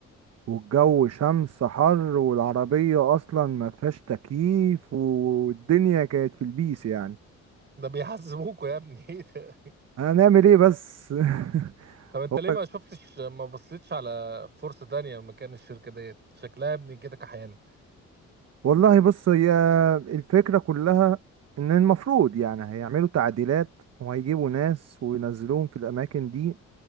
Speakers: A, on the right (about 55°); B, on the right (about 35°).
A: والجو شمس حر والعربية اصلا ما فيهاش تكييف والدنيا كانت في البيس يعني
B: ده بيحزبوكوا يا ابني <laughs> ايه ده
A: هنعمل ايه بس <laughs>
B: طب انت
A: هو
B: ليه ما شفتش ما بصيتش على فرصة تانية مكان الشركة ديت شكلها يا ابني كده كحيانة
A: والله بص هي الفكرة كلها ان المفروض يعني هيعملوا تعديلات وهيجيبوا ناس وينزلوهم في الاماكن دي